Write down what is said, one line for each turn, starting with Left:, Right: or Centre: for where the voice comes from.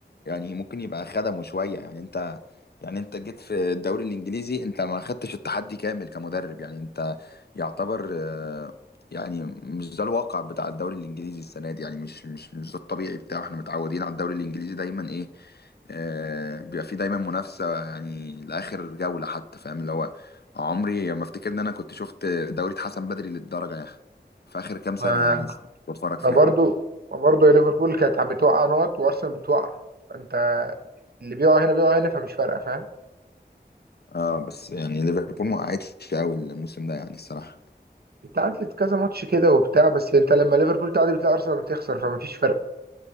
Left: يعني ممكن يبقى خدمه شوية يعني انت يعني انت جيت في الدوري الانجليزي انت ما خدتش التحدي كامل كمدرب يعني انت يعتبر آه، يعني مش ده الواقع بتاع الدوري الانجليزي السنة دي يعني مش مش مش ده الطبيعي بتاعه احنا متعودين على الدوري الانجليزي دايما ايه آه، بيبقى فيه دايما منافسة يعني لآخر جولة حتى فاهم اللي هو عمري ما افتكر ان انا كنت شفت دوري اتحسن بدري للدرجة يا اخي في آخر كام سنة
Right: ما
Left: يعني بتفرج
Right: ما
Left: فيهم
Right: برضو ما برضو يا ليفربول كانت بتوقع نقط وارسنال بتوقع فانت اللي بيقع هنا بيقع هنا فمش فارقه فاهم
Left: اه بس يعني ليفربول ما وقعتش قوي الموسم ده يعني الصراحة
Right: اتعادلت كذا ماتش كده وبتاع بس انت لما ليفربول تعادل بتلاقي ارسنال بتخسر فمفيش فرق